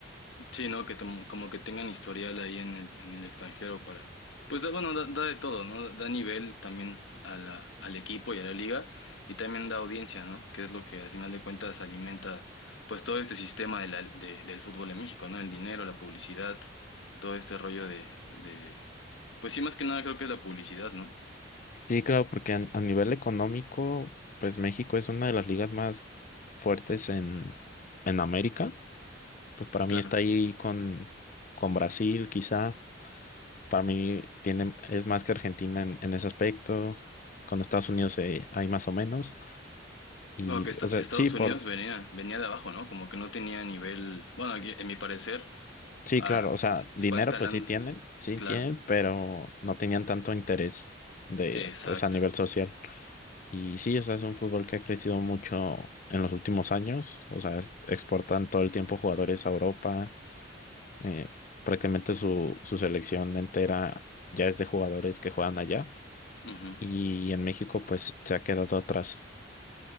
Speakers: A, on the left (about 80°); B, on the left (about 45°).
A: Sí, ¿no? Que tom- como que tengan historial ahí en el, en el extranjero para... Pues da- bueno, da, da de todo, ¿no? Da nivel también a la, al equipo y a la liga y también da audiencia, ¿no? Que es lo que al final de cuentas alimenta pues todo este sistema de la- de- del fútbol en México, ¿no? El dinero, la publicidad, todo este rollo de, de... Pues sí, más que nada creo que es la publicidad, ¿no?
B: Sí, claro, porque a, a nivel económico, pues México es una de las ligas más fuertes en, en América. Pues para mí
A: Claro.
B: está ahí con, con Brasil, quizá. Para mí tiene, es más que Argentina en, en ese aspecto. Con Estados Unidos eh, hay más o menos. Y,
A: No, que esta-
B: o sea,
A: Estados
B: sí, por,
A: Unidos venía, venía de abajo, ¿no? Como que no tenía nivel, bueno, aquí, en mi parecer,
B: sí,
A: a-
B: claro, o sea, dinero
A: fue escalando,
B: pues sí tienen, sí
A: claro.
B: tienen, pero no tenían tanto interés de,
A: Exacto.
B: pues a nivel social. Y sí, o sea, es un fútbol que ha crecido mucho en los últimos años. O sea, es- exportan todo el tiempo jugadores a Europa. eh, prácticamente su, su selección entera ya es de jugadores que juegan allá.
A: Ujú.
B: Y en México, pues, se ha quedado atrás.